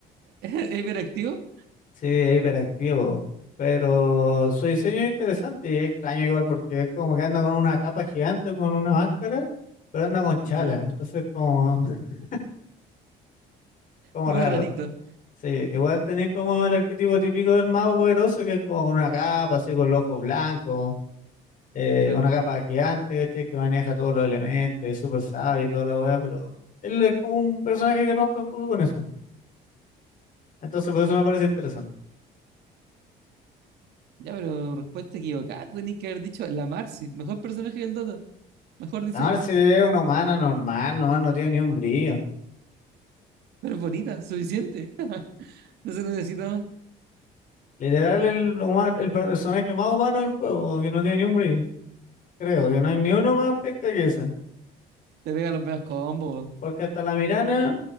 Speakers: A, on the right (about 75°); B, on the left (about 50°).
A: <laughs> ¿Es hiperactivo?
B: sí, hiperactivo. Pero su diseño es interesante y es extraño igual porque es como que anda con una capa gigante, con una máscara, pero anda con chala,
A: No.
B: entonces como, <laughs> como
A: Muy
B: raro.
A: rarito.
B: Sí, igual tenés como el arquetipo típico del mago poderoso, que es como con una capa, así con los ojos blancos, eh,
A: Claro.
B: una capa gigante, ¿cachai? Que maneja todos los elementos, es súper sabio y toda la weá, pero él es como un personaje que rompe un poco con eso. Entonces, por eso me parece interesante.
A: Ya, pero respuesta equivocada. Tenéis que haber dicho la Marcy, mejor personaje del Dota. Mejor diseño.
B: La Marce es una humana normal, nomás no tiene ni un brillo.
A: Pero es bonita, suficiente. <laughs> No se necesita más.
B: Literal, el, huma- el per- personaje más humano del juego, que no tiene ni un brillo. Creo que no hay ni uno más penca que ese.
A: Te pega los medios combos.
B: Porque hasta la Mirana